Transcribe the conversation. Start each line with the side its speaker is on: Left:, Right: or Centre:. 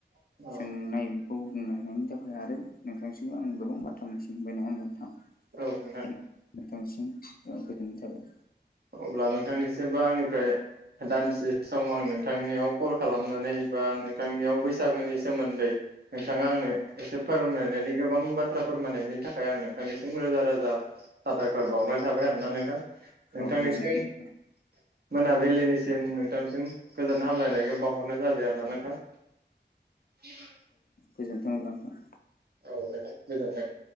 Right: औ
Left: सोंनाय बे खौखौ बुंनो हानायनि थाखाय आरो नोंथांनिसिमबो आं गोबां बाथ्रा मिथिहबाय नङा होमबा नोंथां।
Right: औ नोंथां।
Left: बेनि नोंथांसिम गोजोननाय थाबाय।
Right: अब्ला नोंथांनिसिमबो आंनिफ्राय दान्से सम आं नोंथांनियाव कल खालामनानै बा नोंथांनियाव बैसागुनि सोमोन्दै नोंथाङा आंनो एसे फोरमायनायनि गोबां बाथ्रा फोरमायनायनि थाखाय आं नोंथांनिसिम रोजा रोजा साबायफोर बावनाय थाबाय आरोना नोंथां नोंथांनिसिम
Left: औ गोजोनथों औ
Right: मोनाबिलिनिसिम नोंथांसिम गोजोन हामलायनायखौ बावहरनाय जाबाय आरो ना नोंथां। <inaudible>
Left: गोजोन्थों नोथां।
Right: औ नोंथां गोजोनबाइ।